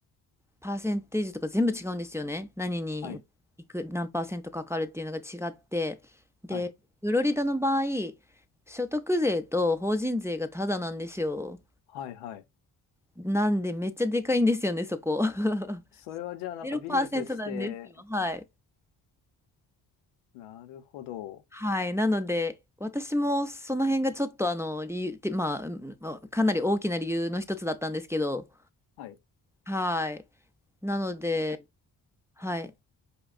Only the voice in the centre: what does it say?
パーセンテージとか全部違うんですよね。何にいく、
何パーセントかかるっていうのが違って。で、
フロリダの場合、所得税と法人税がタダなんですよ。
なんでめっちゃでかいんですよね、そこ。<laughs>
0%なんですよ。はい。
はい。なので、私もその辺がちょっとあの理由って、まあ、うんまあかなり大きな理由の一つだったんですけど、
はい。なので、
はい。